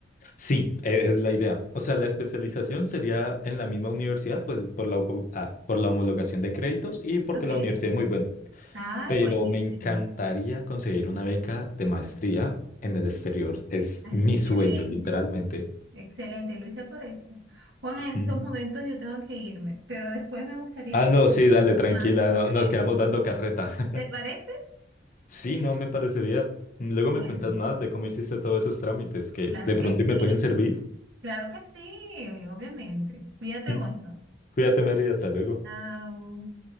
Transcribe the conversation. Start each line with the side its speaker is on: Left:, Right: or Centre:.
Left: Sí, e- es la idea. O sea, la especialización sería en la misma universidad, pues por la, opo- ah, por la homologación de créditos y porque
Right: Ok.
Left: la universidad es muy buena.
Right: Ay,
Left: pero
Right: buenísimo.
Left: me encantaría conseguir una beca de maestría en el exterior. Es
Right: Excelente.
Left: mi sueño, literalmente.
Right: Excelente, lucha por eso. Juan, en
Left: Mm.
Right: estos momentos yo tengo que irme, pero después me gustaría
Left: Ah,
Right: que
Left: no,
Right: conversemos
Left: sí, dale, tranquila,
Right: más sobre
Left: no, nos quedamos
Right: esto.
Left: dando carreta. <laughs>
Right: ¿Te parece?
Left: Sí, no me parecería. Luego
Right: Bueno,
Left: me cuentas más de cómo hiciste todos esos trámites que
Right: claro
Left: de
Right: que
Left: pronto
Right: sí.
Left: me pueden servir.
Right: Claro que sí, obviamente. Cuídate
Left: Mm.
Right: mucho.
Left: Cuídate, Mary, hasta luego.
Right: Chao.